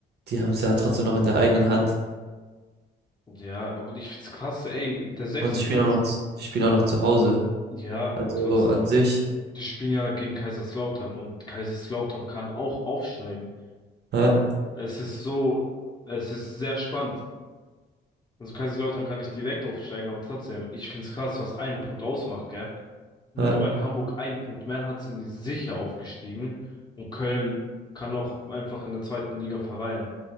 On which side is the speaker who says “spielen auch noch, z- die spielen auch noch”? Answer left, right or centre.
Right